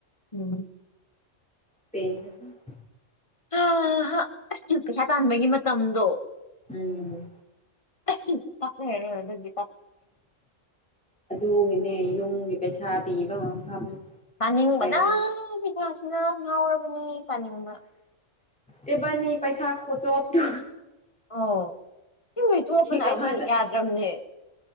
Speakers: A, on the left; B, in the centre.
A: ꯎꯝ
B: ꯄꯦ <unintelligible>
A: ꯑ ꯍꯥ <unintelligible> ꯄꯩꯁꯥ ꯇꯥꯟꯕꯒꯤ ꯃꯇꯝꯗꯣ
B: ꯎꯝ
A: ꯑꯍꯥ ꯄꯥꯛꯂꯩꯂꯔꯣꯏ <unintelligible>
B: ꯑꯗꯨꯒꯤꯅꯦ ꯌꯨꯝꯒꯤ ꯄꯩꯁꯥ ꯄꯤꯕ ꯃꯐꯝ
A: ꯄꯥꯅꯤꯡꯕꯅꯥ
B: ꯂꯩꯔ
A: ꯄꯩꯁꯥꯁꯤꯅ ꯉꯥꯎꯔꯕꯅꯦ ꯄꯅꯤꯡꯕ
B: ꯏꯕꯥꯅꯤ ꯄꯩꯁꯥ ꯈꯣꯆꯣꯞꯇꯣ
A: ꯑꯣ ꯑꯁꯦꯡꯕ ꯆꯣꯞꯄꯅ
B: ꯀꯃꯥꯏꯅ
A: ꯑꯩꯗꯤ ꯌꯥꯗ꯭ꯔꯕꯅꯦ